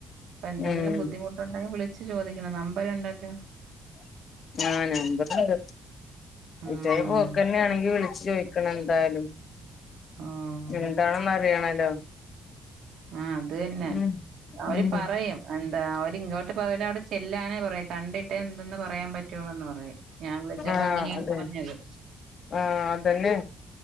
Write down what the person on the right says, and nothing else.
അപ്പ എന്തെങ്കിലും
ബുദ്ധിമുട്ടുണ്ടെങ്കി വിളിച്ചുചോദിക്കണം നമ്പര് ഉണ്ടല്ലോ
ആഹ്.
ഓഹ്.
ആഹ് അത് തന്നെ
അവര്
പറയും അന്താ അവരിങ്ങോട്ട് പകരം പോവൂലാ അവിടെ ചെല്ലാനെ പറയൂ കണ്ടി റ്റെ എന്തെന്ന് പറയാൻ പറ്റൊള്ളൂന്ന് പറയും ഞാൻ വിളിച്ചപ്പോ
അങ്ങനെയാണ്
പറഞ്ഞത്